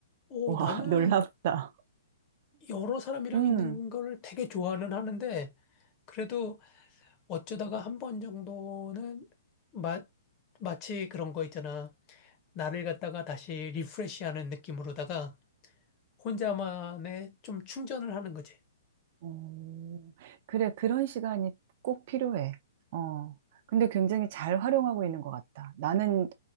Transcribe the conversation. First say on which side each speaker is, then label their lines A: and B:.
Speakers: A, on the left (about 20°); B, on the right (about 35°).
A: 오,
B: 와,
A: 나는
B: <laughs> 놀랍다.
A: 여러 사람이랑
B: 음,
A: 있는 걸 되게 좋아는 하는데 그래도 어쩌다가 한 번 정도는 마, 마치 그런 거 있잖아. 나를 갖다가 다시 리프레시하는 느낌으로다가 혼자만의 좀 충전을 하는 거지.
B: 어, 그래, 그런 시간이 꼭 필요해. 어, 근데 굉장히 잘 활용하고 있는 것 같다. 나는